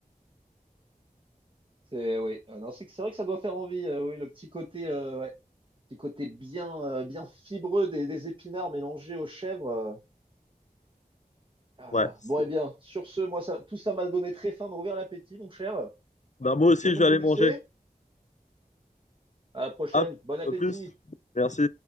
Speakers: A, on the right; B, on the left.
A: c'est oui. Euh, non, c'est que- c'est vrai que ça doit faire envie. euh, oui, le petit côté, euh, ouais, petit côté bien, euh, bien fibreux des, des épinards mélangés aux chèvres. euh. Ah
B: ouais,
A: là.
B: c'est...
A: Bon, eh bien, sur ce, moi, ça, tout ça m'a donné très faim, m'a ouvert l'appétit, mon cher.
B: Bah, moi aussi,
A: Je vais
B: je
A: donc
B: vais aller
A: vous laisser.
B: manger.
A: À la prochaine.
B: Hop,
A: Bon appétit.
B: à plus. Merci.